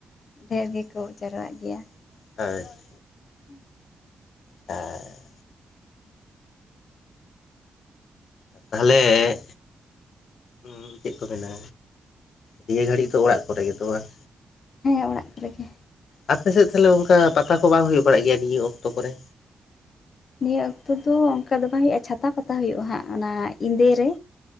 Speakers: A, on the left (about 50°); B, on the left (about 75°).
A: ᱰᱷᱮᱨ ᱜᱮᱠᱚ ᱡᱟᱨᱣᱟᱜ ᱜᱮᱭᱟ
B: <unintelligible>
A: ᱦᱮᱸ
B: ᱦᱮᱸᱻ ᱛᱟᱦᱞᱮ ᱩᱸ, ᱪᱮᱫ ᱠᱚ ᱢᱮᱱᱟ ᱱᱤᱭᱟᱹ ᱜᱷᱟᱹᱲᱤᱡ ᱫᱚ ᱚᱲᱟᱜ ᱠᱚᱨᱮ ᱜᱮ ᱛᱚ ᱵᱟᱝ
A: ᱦᱮᱸ ᱚᱲᱟᱜ ᱠᱚᱨᱮᱜᱮ
B: ᱟᱯᱮ ᱥᱮᱫ ᱛᱟᱞᱦᱮ ᱚᱝᱠᱟ ᱯᱟᱛᱟ ᱠᱚ ᱵᱟᱝ ᱦᱩᱭ ᱵᱟᱲᱟᱜ ᱜᱮᱭᱟ ᱱᱤᱭᱟᱹ ᱚᱠᱛᱚ ᱠᱚᱨᱮ
A: ᱱᱤᱭᱟᱹ ᱚᱠᱛᱚ ᱫᱚ ᱚᱝᱠᱟ ᱫᱚ ᱵᱟᱝ ᱦᱩᱭᱩᱜᱼᱟ ᱪᱷᱟᱛᱟ ᱯᱟᱛᱟ ᱦᱩᱭᱩᱜᱼᱟ ᱦᱟᱸᱜ ᱚᱱᱟ ᱮᱸᱫᱮ ᱨᱮ